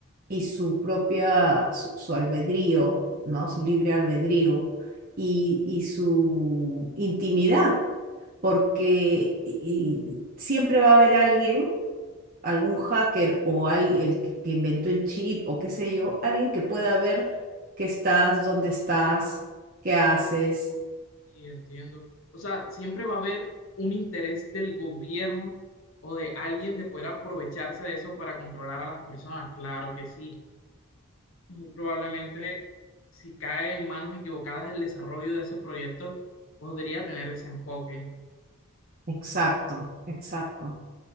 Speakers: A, on the right; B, on the left.
A: y su propia, su, su albedrío, ¿no? Su libre albedrío y, y su intimidad, porque y- y siempre va a haber alguien, algún hacker o al- el que, que inventó el chip o qué sé yo, alguien que pueda ver que estás, dónde estás, qué haces.
B: Y entiendo. O sea, siempre va a haber un interés del gobierno o de alguien de poder aprovecharse de eso para controlar a las personas. Claro que sí. muy probablemente, si cae en manos equivocadas el desarrollo de ese proyecto, podría tener ese enfoque.
A: Exacto, exacto.